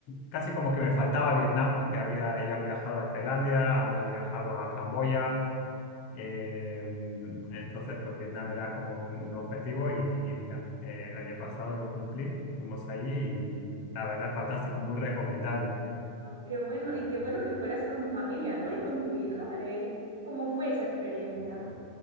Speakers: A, on the left (about 45°); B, on the right (about 70°).
A: Casi como que me faltaba Vietnam porque había ya viajado a Tailandia, había viajado a Camboya. Eh, entonces, pues Vietnam era como un, un objetivo y, y mira, eh, el año pasado lo cumplí, fuimos allí y la verdad, fantástico, muy recomendable.
B: Guau, ¡Qué bueno! Y qué bueno que fueras con tu familia, ¿no? Y con tu hija. eh, ¿cómo fue esa experiencia?